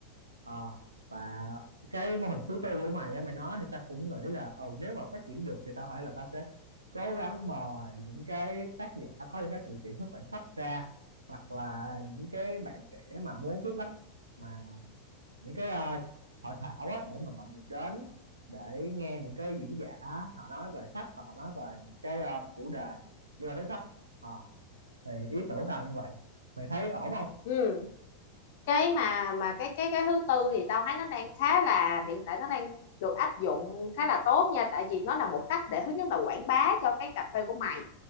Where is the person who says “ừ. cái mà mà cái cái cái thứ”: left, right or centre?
Left